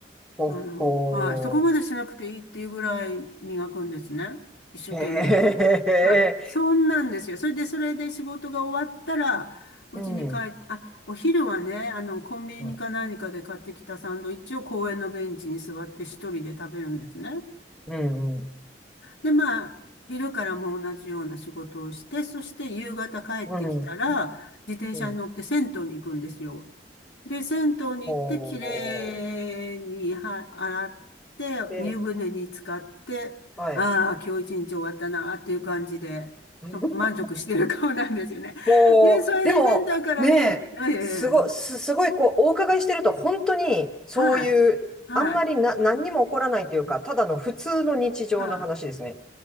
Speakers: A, in the centre; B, on the left.
A: ほほ
B: あの、はい。そこまでしなくていいっていうぐらい磨くんですね。一生懸命。
A: う。へえ。
B: はい。そんなんですよ。それで、それで仕事が終わったら、うちに帰っ、
A: うん。
B: あ、お昼はね、あの、コンビニか何かで買ってきたサンドイッチを公園のベンチに座って一人で食べるんですね。
A: うん、うん、うん、
B: で、まあ、昼からも同じような仕事をして、そして夕方帰ってきたら、
A: うん。
B: 自転車に乗って銭湯に行くんですよ。
A: うん
B: で、銭湯に行って、
A: ほう、
B: きれいには洗って、
A: で、
B: 湯船に浸かって、
A: はい。
B: ああ、今日一日終わったな、っていう感じで、
A: <laughs>
B: そ満足してる顔なんですよね。
A: ほう、
B: で、それでセンターから出てきて、
A: でも、ねえ、
B: ええ、
A: すご、す、すごい、こう、お伺いしてると、本当に、そういう、
B: はい、はい、
A: あんまりな、何にも起こらないというか、ただの普通の日常の話ですね。
B: はい。